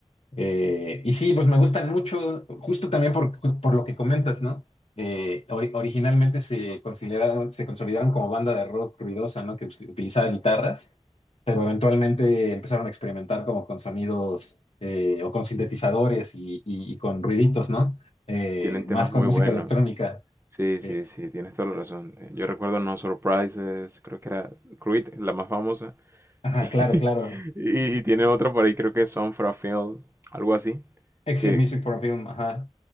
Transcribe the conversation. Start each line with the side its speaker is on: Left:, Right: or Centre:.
Left: Eh, y sí, pues me gustan mucho, justo también por, por lo que comentas, ¿no? Eh, ori- originalmente se consideraron, se consolidaron como banda de rock ruidosa, ¿no? Que us- utilizaba guitarras, pero eventualmente empezaron a experimentar como con sonidos eh, o con sintetizadores y, y- y con ruiditos, ¿no? Eh,
Right: tienen temas
Left: más con
Right: muy
Left: música
Right: buenos.
Left: electrónica.
Right: Sí,
Left: Eh,
Right: sí, sí, tienes toda la razón. Eh, Yo recuerdo No Surprises, creo que era Creed, la más famosa.
Left: Ajá,
Right: <laughs>
Left: claro, claro.
Right: Y, y tiene otra por ahí, creo que es Song for a Field, algo así.
Left: Exit
Right: Que,
Left: Music for a Film, ajá.